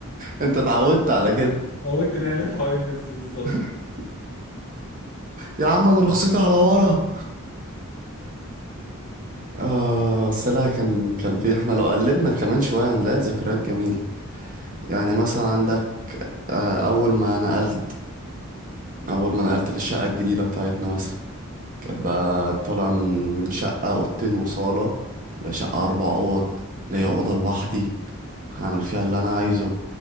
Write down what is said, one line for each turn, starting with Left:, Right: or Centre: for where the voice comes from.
Right: انت اتعودت على كده
Left: موتني انا الف حوالين نفسي بالظبط
Right: <laughs> يا عم انا رخصتي على ورا اه بس لا كان كان في احنا لو قلبنا كمان شويه هنلاقي ذكريات جميله يعني مثلا عندك آه اول ما نقلت اول ما نقلت للشقه الجديده بتاعتنا مثلا كانت بقى طالع من من شقه اوضتين وصاله لشقه اربع اوض ليا اوضه لوحدي هعمل فيها اللي انا عايزه